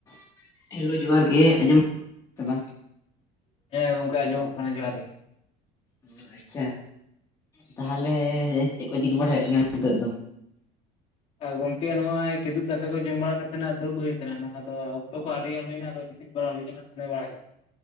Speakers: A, on the left (about 20°); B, on the left (about 40°).
A: <inaudible> ᱦᱮᱞᱳ ᱡᱚᱸᱦᱟᱨ ᱜᱮ, ᱟᱸᱡᱚᱢ <inaudible> ᱠᱟᱫᱟᱼᱼ
B: ᱮ ᱜᱚᱝᱠᱮ, ᱟᱸᱡᱚᱢᱚᱜ ᱠᱟᱱᱟ, ᱡᱚᱦᱟᱨ ᱜᱮ᱾
A: ᱚ ᱟᱪᱪᱷᱟ, ᱛᱟᱦᱚᱞᱮᱻ, ᱪᱮᱜ ᱠᱚ ᱪᱤᱠᱟᱹ ᱵᱟᱲᱟᱭ ᱦᱩᱭᱩᱜ ᱠᱟᱱᱟ, ᱦᱤᱸᱛᱚᱜ ᱫᱚ?
B: <inaudible> ᱜᱚᱝᱠᱮ ᱱᱚᱼᱚᱭ ᱠᱤᱫᱩᱵ ᱫᱟᱠᱟ ᱠᱚ, ᱡᱚᱢ ᱵᱟᱲᱟ ᱠᱟᱛᱮ ᱱᱟᱜ, ᱫᱩᱲᱩᱵ ᱦᱩᱭ ᱠᱟᱱᱟ, ᱱᱚᱣᱟ ᱫᱚ, ᱚᱠᱛᱚ ᱠᱚ ᱟᱹᱰᱤ ᱜᱟᱱ ᱦᱩᱭᱱᱟ, ᱟᱫᱚ <unintelligible> ᱵᱟᱲᱟ ᱦᱩᱭ ᱠᱟᱱᱟ, <unintelligible> ᱵᱟᱲᱟ ᱜᱮ